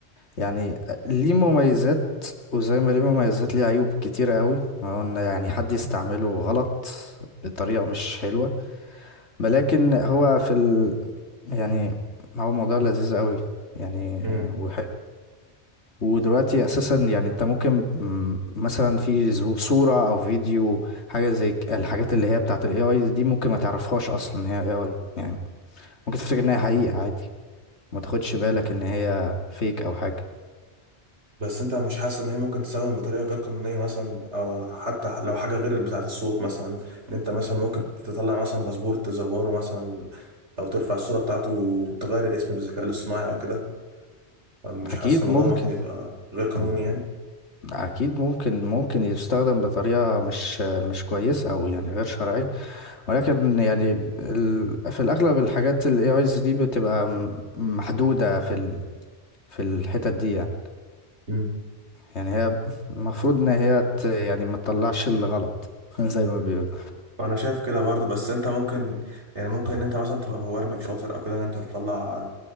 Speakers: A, on the left; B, on the right.
A: يعني ليه مميزات وزي ما ليه مميزات ليه عيوب كتيرة قوي هو ان يعني حد يستعمله غلط بطريقة مش حلوة ولكن هو في ال... يعني هو موضوع لذيذ قوي يعني
B: ده
A: وحلو ودلوقتي اساسا يعني انت ممكن م- مثلا في زو- صورة او فيديو حاجة زي ك- الحاجات اللي هي بتاعت الاي اي دي ممكن ما تعرفهاش اصلا هي اي اي يعني ممكن تفتكر ان هي حقيقة عادي ما تاخدش بالك ان هي فيك او حاجة
B: بس انت مش حاسس ان هي ممكن تستخدم بطريقه غير قانونيه مثلا او حتى لو حاجه غير بتاعه الصوت مثلا ان انت مثلا ممكن تطلع مثلا باسبور تزوره مثلا او ترفع الصوره بتاعته وتغير الاسم بالذكاء الاصطناعي او كده مش
A: اكيد
B: حاسس ان
A: ممكن
B: الموضوع ده ممكن يبقى غير قانوني
A: م-
B: يعني
A: اكيد ممكن ممكن يستخدم بطريقة مش مش كويسة او يعني غير شرعية ولكن يعني ال... في الأغلب الحاجات ال AIs دي بتبقى م- محدودة في ال... في الحتت دي يعني
B: مم.
A: يعني هي المفروض إن هي ت... يعني ما تطلعش الغلط <laughs> زي ما بيقول
B: وانا شايف كده برضه بس انت ممكن يعني ممكن ان انت مثلا تبقى مبرمج شاطر او كده ان انت تطلع